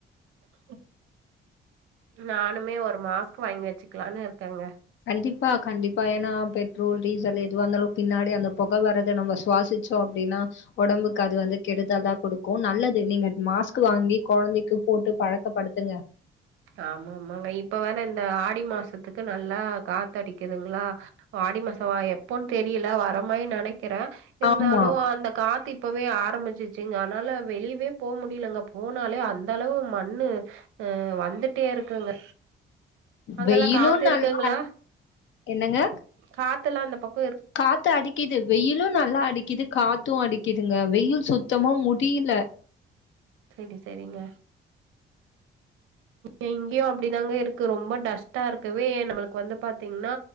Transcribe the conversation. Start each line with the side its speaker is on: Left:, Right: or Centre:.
Right: ம் நானுமே ஒரு மாஸ்க்கு வாங்கி வச்சுக்கலான்னு இருக்கேங்க.
Left: கண்டிப்பா கண்டிப்பா. ஏன்னா பெட்ரோல், டீசல் எதுவா இருந்தாலு பின்னாடி அந்த பொக வரத நம்ம சுவாசிச்சோ அப்டின்னா ஒடம்புக்கு அது வந்து கெடுதல்தா கொடுக்கு நல்லது நீங்க மாஸ்க் வாங்கி கொழந்தைக்கி போட்டு பழக்கப்படுத்துங்க.
Right: ஆமா ஆமாங்க. இப்ப வேற இந்த ஆடி மாசத்துக்கு நல்லா காத்தடிக்குதுங்களா. ஆடி மாசமா எப்போன்னு தெரியல வர மாரி நெனை க்கிறே இருந்தாலு
Left: ஆமா.
Right: அந்த காத்து இ ப்பவே ஆரம்பிச்சிருச்சுங்க. அதனால வெளியவே போமுடியலங்க. போனாலே அந்த அளவு மண்ணு ஆ வந் துட்டே இருக்குங்க அங்கல்லா
Left: வெயிலும்
Right: காத்து இருக்குங்களா?
Left: நல்லா என்னங்க?
Right: காத் தல்லா அந்தப் பக்
Left: காத்து அடிக்குது வெயிலு நல்லா அடிக்குது காத்து அடி க்கிதுங்க வெயில் சுத்தமா முடியல
Right: செரி செரிங்க. <inaudible> இங்கயு அப்டிதாங்க இருக்கு ரொம்ப டஸ்டா இருக்கவே நம்மளுக்கு வந்து பாத்தீங்னா